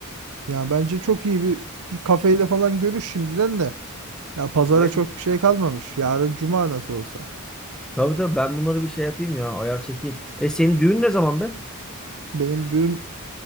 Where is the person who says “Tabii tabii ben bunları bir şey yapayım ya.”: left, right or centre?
Centre